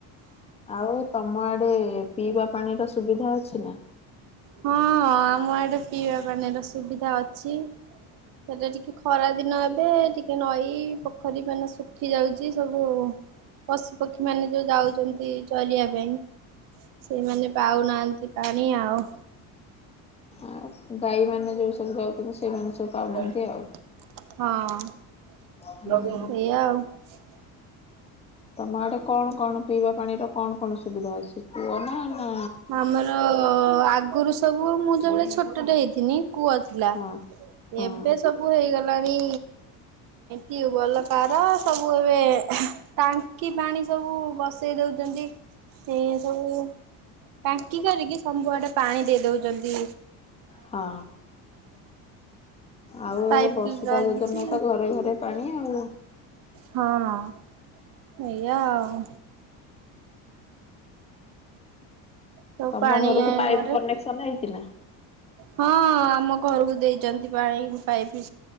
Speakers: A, on the left; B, on the right.
A: ଆଉ ତମ ଆଡ୍‌ ଡେ ପିଇବା ପାଣିର ସୁବିଧା ଅଛି ନା?
B: ହଁ ଆମ ଆଡେ ପିଇବା ପାଣିର ସୁବିଧା ଅଛି। ସେଟା ଟିକେ ଖରାଦିନ ଏବେ ଟିକେ ନଈ ପୋଖରୀ ମାନେ ଶୁଖି ଯାଉଚି। ସବୁ ପଶୁପକ୍ଷୀ ମାନେ ଯୋଉ ଯାଉଚନ୍ତି ଚରିବା ପାଇଁ ସେଇମାନେ ପାଉନାହାଁନ୍ତି। ପାଣି ଆଉ।
A: ଆଉ ଗାଈ ମାନେ ଯୋଉ ସବୁ ଯାଉଚନ୍ତି ସେଇମାନେ
B: ହଁ
A: ସବୁ ପାଉନାହାନ୍ତି ଆଉ।
B: ଏଇଆ
A: ହୁଁ
B: ଆଉ।
A: ତମ ଆଡେ କଣ କଣ ପିଇବା ପାଣିର କଣ କଣ ସୁବିଧା ଅଛି? କୂଅ ନା ନା
B: ଆମର ଅ ଆଗରୁ ସବୁ ଆଉ ମୁଁ ଯୋଉ ବେଳେ ଛୋଟଟେ ହେଇଥିନି କୂଅ ଥିଲା।
A: ହଁ ହଁ
B: ଏବେ ସବୁ ହେଇଗଲା ଗଲାଣି ଟିଉବଲ କାହାର ସବୁ ଏବେ ଟାଙ୍କି ପାଣି ସବୁ ବସେଇ ଦଉଚନ୍ତି। ସିଏ ସବୁ ଟାଙ୍କି କରିକି ସବୁଆଡେ ପାଣି ଦେଇ ଦଉଚନ୍ତି
A: ହଁ ଆଉ
B: ପାଇପ୍
A: ଏବେ ବସୁଧା
B: ଲାଗିଛି
A: ଯୋଜନାରେ ତ ଘରେ ଘରେ ପାଣି ଆଉ।
B: ହଁ ହଁ ସେଇଆ ଆଉ। ସବୁ
A: ତମ
B: ପାଣି
A: ଘରକୁ ପାଇପ
B: ଘରେ
A: କନେକ୍ସନ ହେଇଚି ନା?
B: ହଁ ଆମ ଘରକୁ ଦେଇଚନ୍ତି ପାଣି ପାଇପି।